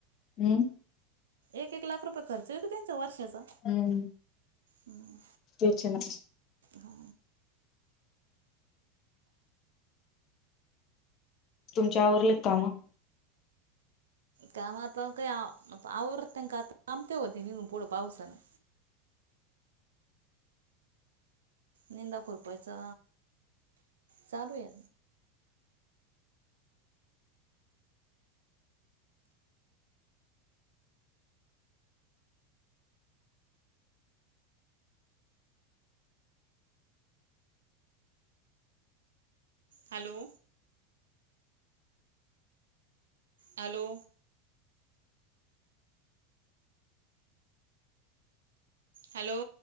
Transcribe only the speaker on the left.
हम्म
हम्म
तेच आहे ना
तुमची आवरले का कामं?